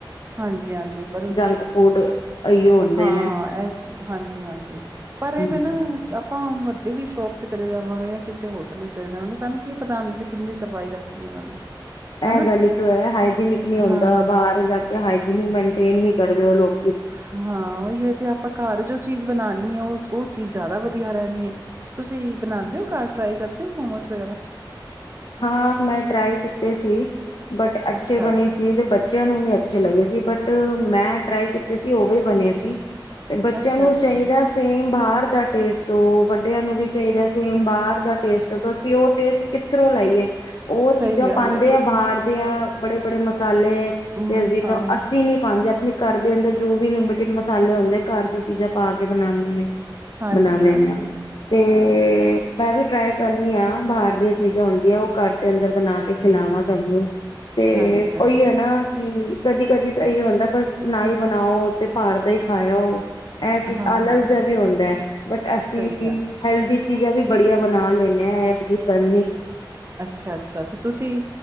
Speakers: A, on the right; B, on the left.
A: ਹਾਂਜੀ ਹਾਂਜੀ, ਪਰ
B: ਜੰਕ ਫੂਡ ਇਹੀਓ ਹੁੰਦੇ
A: ਹਾਂ
B: ਨੇ
A: ਇਹ ਹਾਂਜੀ ਹਾਂਜੀ, ਪਰ ਇਹ
B: ਹਮ
A: ਵੀ ਨਾ ਆਪਾਂ ਸਾਡੇ ਵੀ ਸ਼ੋਪ ਤੇ ਚਲੇ ਜਾਵਾਂਗੇ ਜਾਂ ਕਿਸੇ ਹੋਟਲ ਤੇ ਚਲੇ ਜਾਵਾਂਗੇ। ਸਾਨੂੰ ਕੀ ਪਤਾ ਹ ਕਿੰਨੀ ਸਫ਼ਾਈ ਰੱਖੀ ਦੀ ਉਹਨਾਂ ਨੇ
B: ਇਹ
A: ਹਨਾ
B: ਗੱਲ ਤੋਂ ਹੈ ਹਾਈਜੀਨਿਕ ਨੀ ਹੁੰਦਾ
A: ਹਾਂ।
B: ਬਾਹਰ ਜਾ ਕੇ ਹ <unintelligible> ਮਨਟੇਨ ਨ ਕਰਦੇ ਉਹ ਲੋਕ
A: ਹਾਂ ਉਹੀ ਹੋ ਤੇ ਆਪਾਂ ਘਰ ਜੋ ਚੀਜ਼ ਬਣਾਣੀ ਹੈ ਉਹ ਉਹ ਚੀਜ਼ ਜ਼ਿਆਦਾ ਵਧੀਆ ਰਹਿਣੀ ਹੈ ਤੁਸੀਂ ਬਣਾਉਦੇ ਹੋ ਘਰ ਟਰਾਈ ਕਰਦੇ ਹੋ ਮੋਮੋ ਵਗੈਰਾ
B: ਹਾਂ ਮੈਂ ਟਰਾਈ ਕੀਤੇ ਸੀ ਬਟ ਅੱਛੇ
A: ਅੱਛਾ,
B: ਬਣੇ ਸੀ ਤੇ ਬੱਚਿਆਂ ਨੂੰ ਵੀ ਅੱਛੇ ਲੱਗੇ ਸੀ ਬਟ ਮੈਂ ਟਰਾਈ ਕੀਤੀ ਸੀ ਉਹ ਵੀ ਬਣੇ ਸੀ ਤੇ ਬੱਚਿਆਂ
A: ਅੱਛਾ-ਅੱਛਾ।
B: ਨੂੰ ਚਾਹੀਦਾ ਸੇਮ ਬਾਹਰ ਦਾ ਟੇਸਟ ਉਹ ਵੱਡਿਆਂ ਨੂੰ ਵੀ ਚਾਹੀਦਾ ਸੇਮ ਬਾਹਰ ਦਾ ਟੇਸਟ ਅਸੀਂ ਉਹ ਟੇਸਟ ਕਿੱਥੋਂ ਲਾਈਏ ਉਹ
A: ਸਹੀ
B: ਚੀਜ਼ਾਂ
A: ਗੱਲ
B: ਪਾਉਂਦੇ
A: ਏ
B: ਆ ਬਾਹਰ ਦੀ ਬੜੇ ਬੜੇ ਮਸ ਮਸਾਲੇ
A: ਹੂੰ
B: ਤੇ
A: ਹਾਂ
B: ਅਸੀ ਨੀ ਪਾਉਂਦੇ ਆਪਣੀ ਘਦੇ ਅੰਦਰ ਜੋ ਵੀ ਲਿਮਟਿਡ ਮਸਾਲੇ ਹੁੰਦੇ ਆ ਘਰ ਦੀ ਚੀਜ਼ਾਂ ਪਾ ਕੇ ਬਣਾਉਂਦੇ
A: ਹਾਂਜੀ-ਹਾਂਜੀ।
B: ਬਣਾ ਲੈਣੇ ਹਾਂ ਤੇ
A: ਹਾਂ
B: ਮੈਂ ਵੀ ਟ੍ਰਏ ਕਰਨੀ ਆ ਬਾਹਰ ਚੀਜ਼ਾਂ ਆਉਂਦੀਆਂ ਉਹ ਘਰ ਦੇ ਅੰਦਰ ਬਣਾ ਕੇ ਖਿਲਾਵਾਂ
A: ਹੂੰ
B: ਸਭ ਨੂੰ ਤੇ
A: ਹਾਂਜੀ-ਹਾਂਜੀ।
B: ਉਹੀ ਹੈ ਨਾ ਕਿ ਕਦੀ ਕਦੀ ਤਾਂ ਇਹੀ ਹੁੰਦਾ ਬਸ ਨਾ ਹੀ ਬਣਾਓ ਤੇ ਭਾਰ ਦਾ ਹੀ ਖਾਇਓ ਇਹ ਚੀਜ਼
A: ਹਾਂ-ਹਾਂ,
B: ਆਲਸ ਜਿਹਾ ਵੀ ਹੁੰਦਾ ਬਟ ਅਸੀਂ
A: ਸਹੀ ਗੱਲ ਐ।
B: ਹੈਲਦੀ ਚੀਜ਼ ਹੈ ਵੀ ਬੜੀਆ ਬਣਾ ਲੈਂਣੇੇ ਹ ਇਹ ਜੀ ਕਰਨੀ <unintelligible>
A: ਅੱਛਾ ਅੱਛਾ ਤੇ ਤੁਸੀਂ